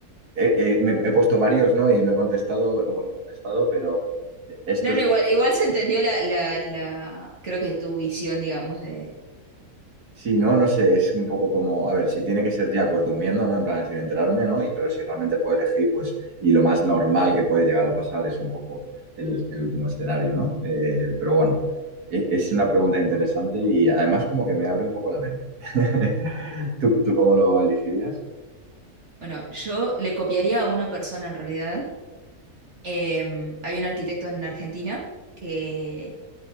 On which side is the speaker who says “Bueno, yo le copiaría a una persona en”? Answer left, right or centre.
Right